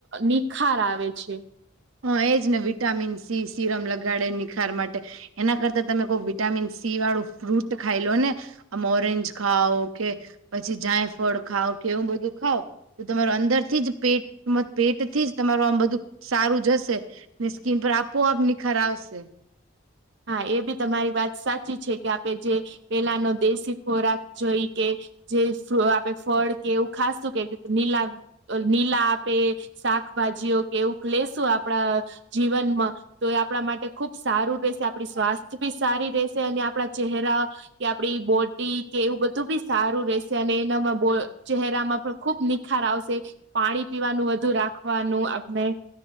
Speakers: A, on the right (about 60°); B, on the right (about 80°).
A: નિખાર આવે છે.
B: હા એજને વિટામિન સી સીરમ લગાડે નિખાર માટે એના કરતા તમે કોક વિટામિન સી વાળું ફ્રૂટ ખાઈ લો ને. આમ ઓરેન્જ ખાઓકે, પછી જાયફળ ખાઓ કેવું બધું ખાવ તો તમારો અંદર થી જ પેટ મ પેટથી જ તમારું આમ બધું સારું જશે, ને સ્કીન પર આપોઆપ નિખર આવશે.
A: હા એ બી તમારી વાત સાચી છે, કે આપે જે પેલાનો દેશી ખોરાક જોઈકે જે ફ્લો આપે આપડે ફળ કે એવું ખાશુ કે નીલા નીલા આપે શાકભાજીઓ કે એવું લેશું આપડા જીવનમાં, તો એ આપણા માટે ખુબ સારું રહેશે. આ આપડી સ્વાસ્થ્ય બી સારી રહેશે, અને આપણા ચહેરા કે આપડી બોડી કે એવું બધું બી સારું રેશે, અને એનામાં બો ચહેરામાં પણ ખુબ ની ખાર આવશે, પાણી પીવાનું વધુ રાખવાનું આપને